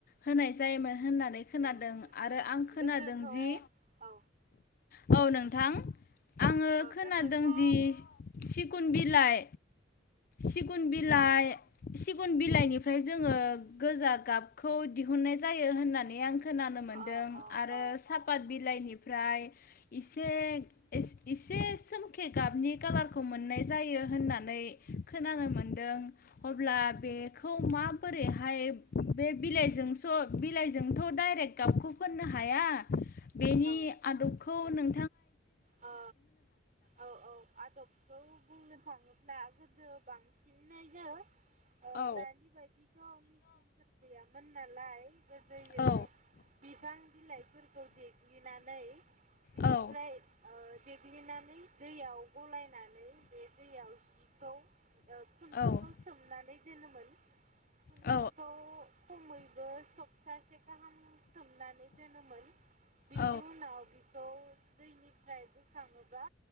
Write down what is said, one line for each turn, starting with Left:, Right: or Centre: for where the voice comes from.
Left: होनाय जायोमोन
Right: उम
Left: होननानै खोनादों
Right: उम उम
Left: आरो
Right: उम
Left: आं खोनादों
Right: गोदोथ' औ
Left: जि
Right: ओ
Left: औ नों थां आङो खोनादों
Right: गोदोथ' ओ
Left: जि सिगुन बिलाइ सिगुन बिलाइ
Right: औ अ
Left: सि गुन बिलाइनिफ्राय जोङो गोजा गाबखौ दिहुननाय जायो होननानै आं खोनानो मोन्दों
Right: अ अ
Left: आरो
Right: अ
Left: सापात बिलाइनि फ्राय इसि से एस एसे सोमखे गाबनि खालारखौ मोननाय जायो होननानै खोनानो मोनदों अब्ला बेखौ माबोरैहाय बे बिलाइजोंस' बिलाइजोंथ' डाइरेक्ट गाबखौ फोननो हाया। बेनि
Right: औ
Left: आदबखौ नों
Right: ओ, औ औ आदबखौ बुंनो थाङो ब्ला‌ गोदो बांसिननैनो ओ
Left: औ
Right: दानि बायदिथ' मिचिनफोर गैयामोन नालाय गोदोयो
Left: औ
Right: बिफां बिलाइफोरखौ देग्लिनानै बिनिफ्राय
Left: औ
Right: ओ देग्लिनानै दैयाव गलाय नानै दैयाव सि खौ ओ खुन्दुंखौ
Left: औ
Right: सोमनानै दोनोमोन। खुन्दुंखौ
Left: औ
Right: खमैबो सब थासे गाहाम सोमनानै दोनोमोन। बिनि
Left: औ
Right: उनाव बिखौ दैनिफ फ्राय बोखाङोबा